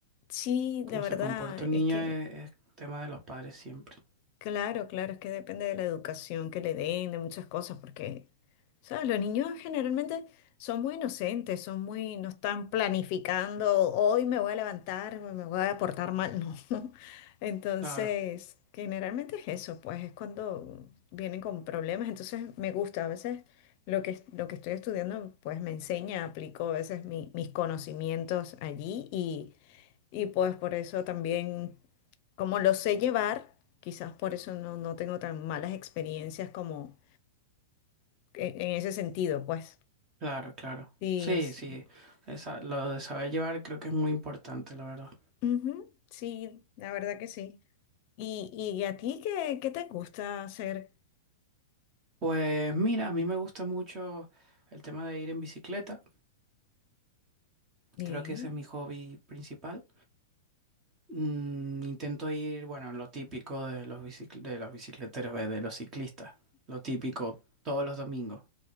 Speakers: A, on the left; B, on the right.
A: Sí,
B: como
A: la verdad,
B: se comporta un
A: es
B: niño
A: que
B: es, es tema de los padres siempre.
A: Claro, claro, es que depende de la educación que le den, de muchas cosas, porque, ¿sabes? Los niños generalmente son muy inocentes, son muy, no están planificando, hoy me voy a levantar, me voy a portar mal, no. <laughs> Entonces,
B: Claro,
A: generalmente es eso, pues es cuando vienen con problemas, entonces me gusta, a veces lo que, lo que estoy estudiando, pues me enseña, aplico a veces mi- mis conocimientos allí y pues por eso también, como lo sé llevar, quizás por eso no, no tengo tan malas experiencias como en, en ese sentido, pues.
B: claro, claro.
A: Sí,
B: Sí,
A: sí.
B: sí. Esa- lo de saber llevar creo que es muy importante, la verdad.
A: Ujú, sí, la verdad que sí. ¿Y, y a ti qué, qué te gusta hacer
B: Pues mira, a mí me gusta mucho el tema de ir en bicicleta.
A: bien?
B: Creo que ese es mi hobby principal. Mm, intento ir, bueno, lo típico de los bicicl- de los bicicleteros, ve, de los ciclistas. Lo típico todos los domingos.